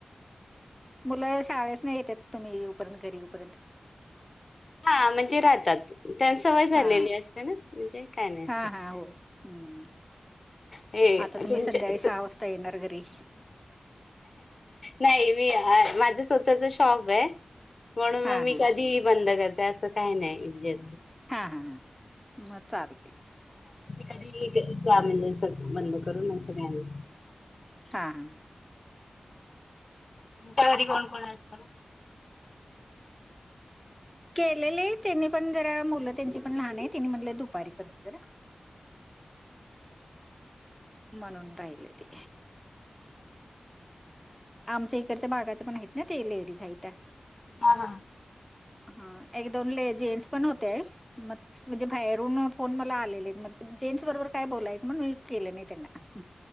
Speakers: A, in the centre; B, on the left.
A: मुलं शाळेसन येतात तुम्ही येऊपर्यंत घरीपर्यंत
B: हा म्हणजे राहतात त्यांना सवय झालेली
A: हा
B: असते ना म्हणजे काय नाही. असते.
A: हा हा हो हम्म.
B: हे
A: आता तुम्ही
B: तुमच्या
A: संध्याकाळी सहा वाजता येणार घरी.
B: नाही मी माझ स्वतःच शॉप आहे. म्हणून
A: हा
B: मग मी
A: हा
B: कधी बंद करते असं काही नाही म्हजे,
A: हा हा ह मग चालतय.
B: कधीही म्हणजे स बंद करून अस काय नाही.
A: हा हा
B: तुमच्या घरी कोण कोण असतं?
A: केलेले त्यांनी पण जरा मुलं त्यांची पण लहान आहे. त्यांनी म्हणले दुपारी करते जरा, म्हणून राहिले ते. आमच्या इकडच्या बागाचे पण आहेत ना ते लेडीज आहे त्या
B: हा हा
A: हा एक दोन ले जेंट्स पण होते मग म्हणजे बाहेरून फोन मला आलेले मग जेंट्स बरोबर काय बोलायचं मग मी केलं नाही त्यांना,